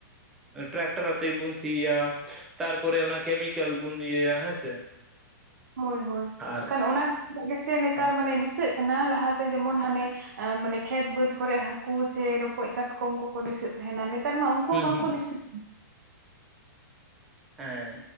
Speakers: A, in the centre; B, on the right (about 60°).
A: ᱴᱨᱟᱠᱴᱟᱨ ᱟᱛᱮᱜ ᱵᱚᱱ ᱥᱤᱭᱟ᱾ ᱛᱟᱨᱯᱚᱨᱮ ᱚᱱᱟ ᱠᱮᱢᱤᱠᱮᱞ ᱵᱚᱱ ᱤᱭᱟᱹᱭᱟ ᱦᱮᱸ ᱥᱮ᱾
B: ᱦᱳᱭ ᱦᱳᱭ
A: ᱟᱨ
B: ᱚᱱᱟᱜ ᱜᱮ ᱥᱮ ᱱᱮᱛᱟᱨ
A: ᱦᱩᱸ
B: ᱢᱟᱱᱮ ᱫᱤᱥᱟᱹᱜ ᱠᱟᱱᱟ ᱞᱟᱦᱟ ᱛᱮ ᱡᱮᱢᱚᱱ ᱦᱟᱱᱮ ᱢᱟᱱᱮ ᱠᱷᱮᱛ ᱵᱟᱹᱫᱽ ᱠᱚᱨᱮᱜ ᱦᱟᱹᱠᱩ ᱥᱮ ᱨᱚᱠᱚᱡ ᱠᱟᱴ ᱠᱚᱢ ᱠᱚ ᱠᱚ ᱫᱤᱥᱟᱹᱜ ᱛᱟᱦᱮᱸ ᱱᱟ ᱱᱤᱛ ᱱᱮᱛᱟᱨ ᱢᱟ ᱩᱝᱠᱩ ᱦᱚᱸ ᱵᱟᱝᱠᱚ
A: ᱦᱩᱸ
B: ᱫᱤᱥᱟᱹᱜ <unintelligible>
A: ᱦᱮᱸ